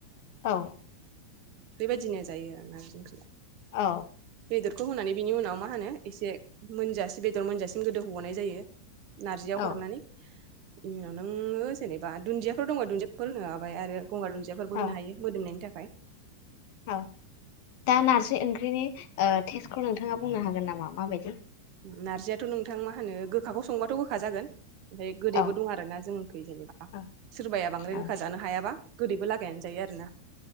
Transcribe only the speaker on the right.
बेबायदिनो जायो नारजि ओंख्रिआ
बेदरखौ होनानै बिनि उनाव मा होनो एसे मोनजासे बेदर मोनजासिम गोदो होबावनाय जायो। नारजियाव हरनानै
बेनि उनाव नोङो जेनेबा दुन्दियाफोर दं दुन्दियाफोर होलाबाय आरो। गंगार दुदियाफोरबो
होनो हायो मोदोमनायनि थाखाय।
नारजियाथ' नोंथां मा होनो गोखाखौ संबाथ' गोखा जागोन ओमफ्राय गोदैबो
दं आरो ना जोंनिखै जेनेबा
सोरबाया बांद्राय
गोखा जानो हायाबा गोदैबो लागायनानै जायो आरो ना